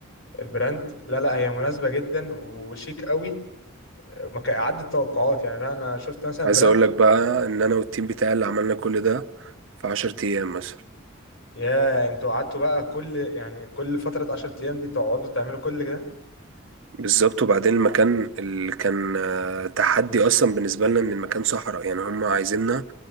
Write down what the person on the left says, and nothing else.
البراند لا لا هي مناسبة جدا وشيك قوي ما كان عدت التوقعات يعني انا شفت مثلا
براند
يا انتوا قعدتوا بقى كل يعني كل فترة 10 ايام دي تقعدوا تعملوا كل كده